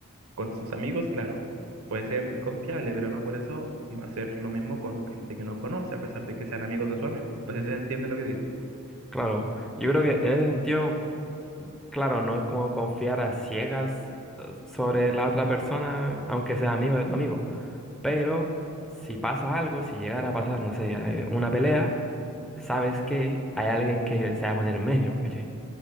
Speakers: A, on the right; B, in the centre.
A: con sus amigos, claro, puede ser confiable, pero no por eso va a ser lo mismo con gente que no conoce, a pesar de que sean amigos de su amigo. No sé si se entiende lo que digo.
B: Claro, yo creo que en ese sentido, claro, no es como confiar a ciegas eh, sobre la otra persona, aunque sea amigo de tu amigo, pero si pasa algo, si llegara a pasar, no sé, eh, una pelea, sabes que hay alguien que se va a poner en medio, ¿cachai?